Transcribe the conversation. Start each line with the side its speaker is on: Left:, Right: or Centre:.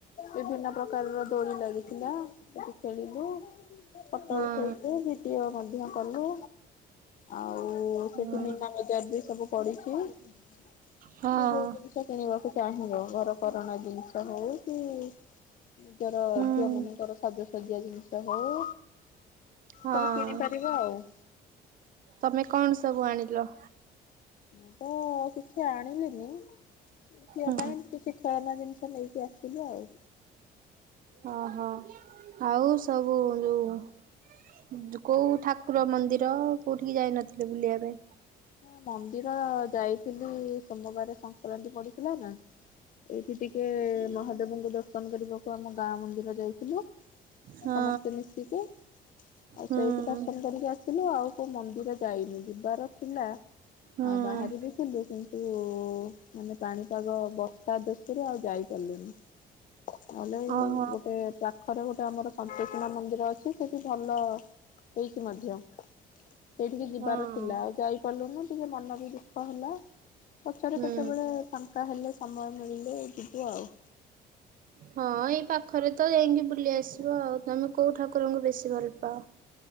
Left: ବିଭିନ୍ନ ପ୍ରକାରର ଦୋଳି ଲାଗିଥିଲା ସେଠି ଖେଳିଲୁ ଫଟ
Right: ହଁ
Left: ଉଠେଇଲୁ ଭିଡିଓ ମଧ୍ୟ। କଲୁ। ଆଉ ସେଠି
Right: ହଁ
Left: ମୀନାବଜାର ବି ସବୁ ପଡିଛି ସେ
Right: ହଁ
Left: ଯୋଉ ଜିନିଷ କିଣିବାକୁ ଚାହିଁବ ଘର କ କଣା ଜିନିଷ ହଉ କି ନିଜର
Right: ହୁଁ।
Left: ଝିଅ ମାନଙ୍କର ସାଜ ସଜା ଜିନିଷ ହଉ।
Right: ହଁ
Left: ସବୁ କିଣିପାରିବ ଆଉ।
Right: ତମେ କଣ ସବୁ ଆଣିଲ।
Left: ମୁଁ ତ କିଛି ଆଣିଲିନି। ଝିଅ
Right: ହୁଁ
Left: ପାଇଁ କି କିଛି। ଖେଳନା ଜିନିଷ ନେଇକି ଆସିଲି ଆଉ।
Right: ଓହୋ ଆଉ ସବୁ ଯୋଉ କୋଉ ଠାକୁର ମନ୍ଦିର କୋଉଠିକି ଯାଇନଥିଲେ ବୁଲିବା ପାଇଁ।
Left: ହଁ ମନ୍ଦିର ଯାଇଥିଲି। ସୋମବାର ସଂକ୍ରାନ୍ତି ପଡିଥିଲା ନା ଏଇଠି ଟିକେ ମହାଦେବଙ୍କୁ ଦର୍ଶନ କରିବାକୁ ଆମ ଗାଁ ମନ୍ଦିର ଯାଇଥିଲୁ।
Right: ହଁ
Left: ସମସ୍ତେ ମିଶିକି ଆଉ
Right: ହୁଁ
Left: ସେଇଠି ଦର୍ଶନ କରିକି ଆ ଥିଲୁ ଆଉ କୋଉ ମନ୍ଦିର ଯାଇନି ଯିବାର। ଥିଲା।
Right: ହୁଁ।
Left: ଆଉ ବାହାରିବି କେବେ କୁ? ଉଁ ମାନେ ପାଣିପାଗ ବର୍ଷା ଦେ ସେରେ ଆଉ ଯାଇପାରଲିନି। ନହେଲେ
Right: ଓହୋ
Left: ଗୋଟେ ପାଖରେ ଗୋଟେ ଆମର ସନ୍ତୋଷିମା ମନ୍ଦିର ଅଛି। ସେଠି ଭଲ ହେଇଛିି ମଧ୍ୟ ସେଇଠିକି ଯିବାର
Right: ହଁ
Left: ଥିଲା ଆ ଯାଇପାରିଲୁନି ଟିକେ ମନ ବି ଦୁଃଖ ହେଲା। ପଚାର
Right: ହୁଁ।
Left: କେତେବେଳେ ଫାଙ୍କା ହେଲେ। ସମୟ ମିଳିଲେ ଯିବି ଆଉ।
Right: ହଁ ଏଇ ପାଖରେ ତ ଯାଇକି ବୁଲି ଆସିବ ଆଉ ତମେ କୋଉ ଠାକୁରଙ୍କୁ ବେଶୀ ଭଲ ପାଅ।